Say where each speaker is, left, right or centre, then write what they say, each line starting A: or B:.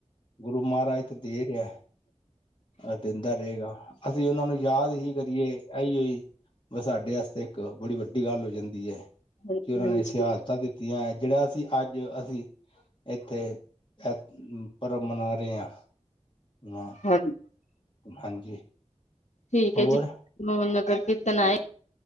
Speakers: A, on the left (about 45°); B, on the left (about 80°).
A: ਗੁਰੂ ਮਹਾਰਾਜ ਤੇ ਦੇ ਰਿਹਾ। ਆਹ ਦਿੰਦਾ ਰਹੇਗਾ, ਅਸੀਂ ਉਹਨਾਂ ਨੂੰ ਯਾਦ ਹੀ ਕਰੀਏ। ਆਹੀ ਹੋਈ, ਬ ਸਾਡੇ ਵਾਸਤੇ ਇੱਕ ਬੜੀ ਵੱਡੀ ਗੱਲ ਹੋ ਜਾਂਦੀ ਐ।
B: ਹਾਂਜੀ
A: ਕਿ ਉਹਨਾਂ
B: ਹਾਂਜੀ
A: ਨੇ ਸ਼ਹਾਦਤਾਂ ਦਿੱਤੀਆਂ ਜਿਹੜਾ ਅਸੀਂ ਅੱਜ ਅਸੀਂ ਇੱਥੇ ਅ ਪਰਬ ਮਨਾ ਰਹੇ ਹਾਂ ਆ।
B: ਹਾਂ।
A: ਹਾਂਜੀ।
B: ਠੀਕ
A: ਹੋਰ
B: ਹੈ ਜੀ, ਨਗਰ ਕੀਰਤਨ ਆਏ।